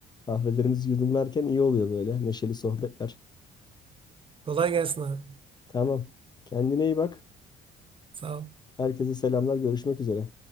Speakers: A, on the left; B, on the right.
A: kahvelerimizi yudumlarken iyi oluyor böyle. Neşeli sohbetler.
B: Kolay gelsin abi.
A: Tamam. Kendine iyi bak.
B: Sağ ol.
A: Herkese selamlar. Görüşmek üzere.